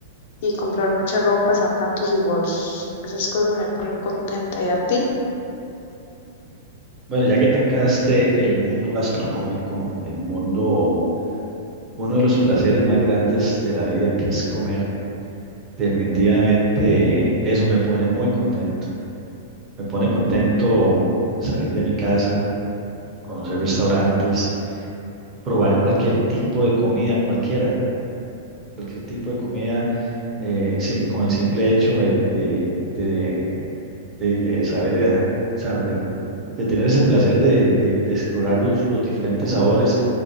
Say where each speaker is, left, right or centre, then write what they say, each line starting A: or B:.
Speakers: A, on the left; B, on the right.
A: y comprar mucha ropa, zapatos y bolsos. Esas cosas me ponen contenta. ¿Y a ti?
B: Bueno, ya que tocaste el mundo gastronómico, el mundo, uno de los placeres más grandes de la vida que es comer, definitivamente eso me pone muy contento. Me pone contento salir de mi casa, conocer restaurantes probar cualquier tipo de comida, cualquiera, cualquier tipo de comida, eh, sim- con el simple hecho de, de, de- de- de saber, eh, o sea, de, de tener ese placer de, de- de explorar los, los diferentes sabores